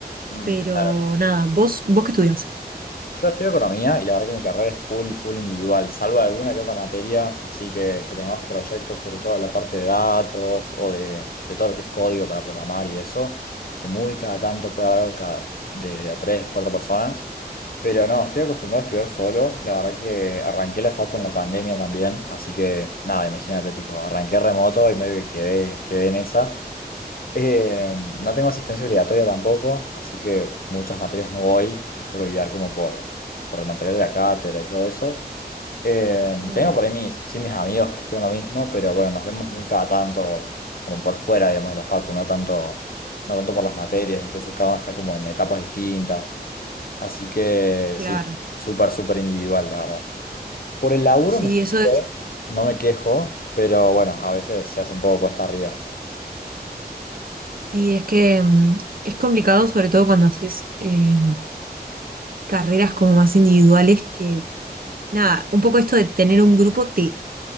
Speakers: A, on the left (about 60°); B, on the right (about 60°).
A: mm.
B: Pero
A: Claro.
B: nada, vos, vos qué estudias.
A: Yo estudio economía y la verdad que mi carrera es full, full individual, salvo alguna que otra materia, así que, que tengamos proyectos sobre todo en la parte de datos o de, de todo lo que es código para programar y eso, que muy cada tanto puede haber algo cada, de, a tres, cuatro personas, pero no, estoy acostumbrado a estudiar solo, la verdad que arranqué la facu en la pandemia también, así que nada, imagínate, tipo, arranqué remoto y medio que quedé, quedé en esa. Eh, no tengo asistencia obligatoria tampoco, así que muchas materias no voy, me suelo guiar como por, por el material de la cátedra y todo eso. Eh,
B: Claro,
A: tengo por ahí mis, sí, mis amigos que estudian lo mismo, pero bueno, nos vemos muy cada tanto, como por fuera, digamos, de la facu, no tanto, no tanto por las materias, incluso cada uno está como en etapas distintas. Así que
B: claro.
A: sí, súper, súper individual, la verdad. Por el laburo
B: Sí,
A: me sirve,
B: eso es,
A: no me quejo, pero bueno, a veces se hace un poco cuesta arriba.
B: sí, es que mm, es complicado, sobre todo cuando haces eh, carreras como más individuales, que nada, un poco esto de tener un grupo te